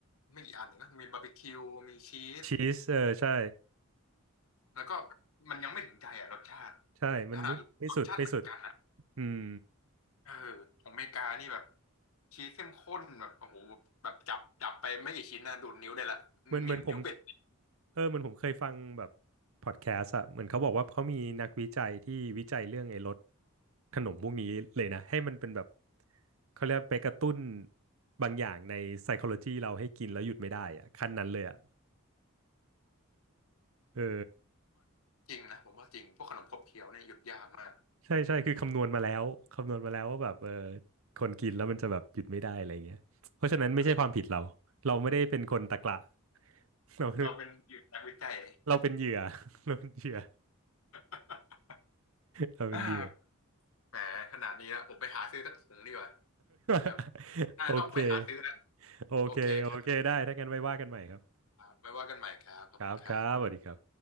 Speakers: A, on the left (about 75°); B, on the right (about 70°).
A: ไม่กี่อันเองนะมีบาร์บีคิวมีชีส
B: ชีสเออใช่
A: แล้วก็มันยังไม่ถึงใจอ่ะรสชาติ
B: ใช่มันไม่ไม่สุดไม่สุด
A: ขนาดรสชาติเหมือนกันนะ
B: อืม
A: เออของอเมริกานี่แบบชีสเข้มข้นแบบโอ้โหแบบจับจับไปไม่กี่ชิ้นนะดูดนิ้วได้ละ
B: เหมือนเหมือนผม
A: นิ้วนิ้วเป็น
B: เออเหมือนผมเคยฟังแบบพอดแคสต์อะเหมือนเขาบอกว่าเขามีนักวิจัยที่วิจัยเรื่องไอ้รสขนมพวกนี้เลยนะให้มันเป็นแบบเขาเรียกไปกระตุ้นบางอย่างใน psychology เราให้กินแล้วหยุดไม่ได้อะขั้นนั้นเลยอะเออ
A: จริงนะผมว่าจริงพวกขนมขบเคี้ยวเนี่ยหยุดยากมาก
B: ใช่ใช่คือคำนวณมาแล้วคำนวณมาแล้วว่าแบบเออคนกินแล้วมันจะแบบหยุดไม่ได้อะไรเงี้ยเพราะฉะนั้นไม่ใช่ความผิดเราเราไม่ได้เป็นคนตะกละ
A: เออ
B: เรา
A: เราเป็นนักวิจัย
B: เราเป็นเหยื่อเราเป็นเหยื่อ
A: <laughs>
B: เราเป็นเหยื่อ
A: อ่าแหมขนาดนี้แล้วผมไปหาซื้อสักถุงดีกว่าครับ
B: <laughs>
A: อ่าต้องไปหาซื้อแหละ
B: โอเคโอเคโอเคได้ถ้างั้นไว้ว่ากันใหม่ครับ
A: โอเคครับไว้ว่ากันใหม่ครับขอบคุณครับ
B: ครับครับสวัสดีครับ